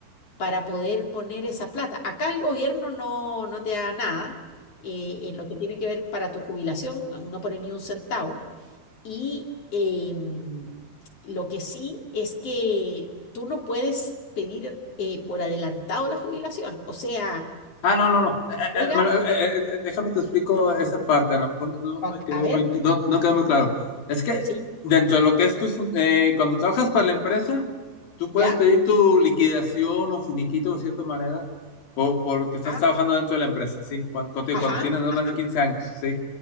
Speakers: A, on the left; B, on the left.
A: para poder poner esa plata. Acá el gobierno no, no te da nada eh, en lo que tiene que ver para tu jubilación, no pone ni un centavo. Y eh, mm, lo que sí es que tú no puedes pedir eh, por adelantado la jubilación. O sea,
B: Ah, no, no, no. Eh,
A: llega,
B: eh, bueno, eh, eh, eh, déjame te explico esa parte, a lo mejor no, no me
A: a
B: quedó
A: a ver.
B: muy, no, no quedó muy claro. Es que
A: Sí,
B: dentro de lo que es tu, cuando trabajas para la empresa, tú puedes
A: ya,
B: pedir tu liquidación o finiquito de cierta manera, o porque estás
A: ah,
B: trabajando dentro de la empresa, ¿sí? Cuando,
A: ajá,
B: cuando tienes más
A: ajá,
B: de 15 años, ¿sí?